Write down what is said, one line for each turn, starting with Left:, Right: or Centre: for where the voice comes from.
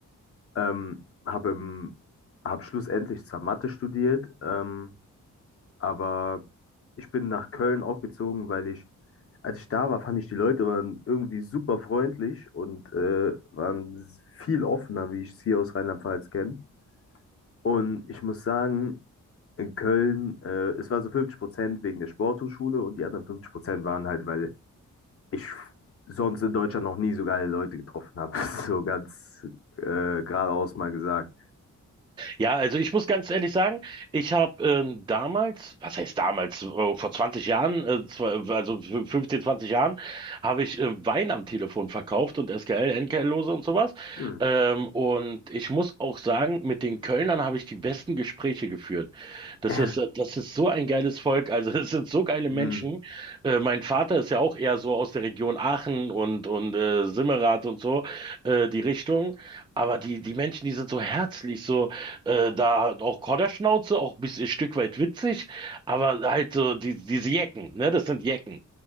Left: Ähm, habe im, hab schlussendlich zwar Mathe studiert, ähm, Aber ich bin nach Köln auch gezogen, weil ich, als ich da war, fand ich die Leute waren irgendwie super freundlich und äh, waren s- viel offener, wie ich es hier aus Rheinland-Pfalz kenne. Und ich muss sagen, in Köln, äh, es war so 50% wegen der Sporthochschule und die anderen 50% waren halt, weil ich sonst in Deutschland noch nie so geile Leute getroffen habe. <laughs> So ganz äh, geradeaus mal gesagt.
Right: Ja, also ich muss ganz ehrlich sagen, ich habe ähm, damals, was heißt damals, äh, vor 20 Jahren, äh, zwei- also fü- 15, 20 Jahren, habe ich äh, Wein am Telefon verkauft und SKL, NKL-Lose und sowas.
Left: Hm.
Right: Ähm, und ich muss auch sagen, mit den Kölnern habe ich die besten Gespräche geführt. Das
Left: <clears throat>
Right: ist, äh, das ist so ein geiles Volk, also <laughs> es sind so geile Menschen.
Left: Hm.
Right: Äh, mein Vater ist ja auch eher so aus der Region Aachen und, und äh, Simmerath und so, äh, die Richtung. Aber die, die Menschen, die sind so herzlich, so. Äh, da auch Kodderschnauze, auch ein bisschen ein Stück weit witzig, aber halt so die, diese Jecken, ne, das sind Jecken.